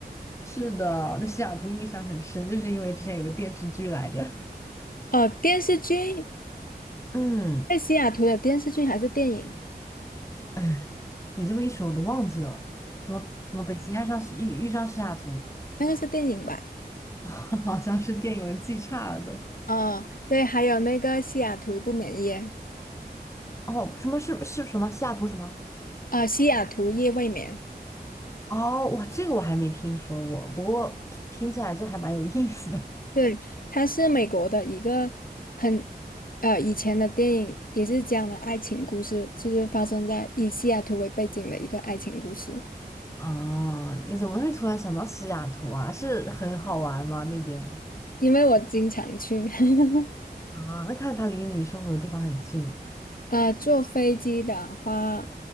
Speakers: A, on the left; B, on the left.
A: 是的，对西雅图印象很深，就是因为之前有个电视剧来着。
B: 哦，电视剧，
A: <laughs> 嗯，
B: 在西雅图的电视剧还是电影？
A: 哎你这么一说，我都忘记了，什么什么北京爱上西遇遇上西雅图，
B: 那个是电影吧？
A: <laughs> 好像是电影文记差了都。
B: 哦，对，还有那个西雅图不眠夜，
A: 哦，什么是是什么西雅图什么？
B: 啊、西雅图夜未眠。
A: 哦，哇，这个我还没听说过，不过听起来就还蛮有意思的。
B: 对，它是美国的一个很呃以前的电影，也是讲了爱情故事，就是发生在以西雅图为背景的一个爱情故事。
A: 啊，你怎么会突然想到西雅图啊？是很好玩吗？那边
B: 因为我经常去，<laughs>
A: 啊，那看来它离你生活的地方很近
B: 呃，坐飞机的话